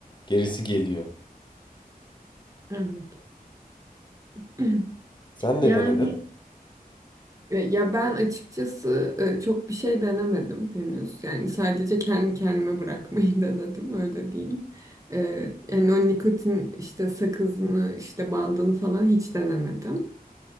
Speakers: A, on the left (about 30°); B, on the right (about 20°).
A: gerisi geliyor.
B: Evet. <clears throat>
A: Sen
B: Yani
A: ne denedin?
B: E, Ya ben açıkçası e, çok bir şey denemedim henüz. Yani sadece kendi kendime bırakmayı <laughs> denedim öyle diyeyim. E, Yani o nikotin işte sakızını işte bandını falan hiç denemedim.